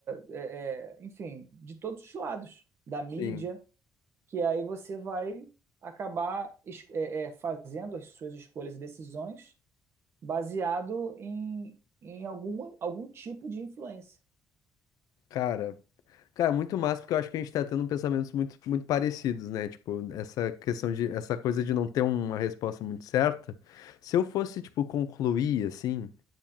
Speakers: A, on the right; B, on the left.
A: é, é, enfim, de todos os lados, da mídia
B: Sim.
A: que aí você vai acabar es- é, é, fazendo as suas escolhas e decisões baseado em, em alguma, algum tipo de influência.
B: Cara. Cara, muito massa, porque eu acho que a gente tá tendo pensamentos muito, muito parecidos, né? Tipo, essa questão de, essa coisa de não ter uma resposta muito certa. Se eu fosse, tipo, concluir, assim.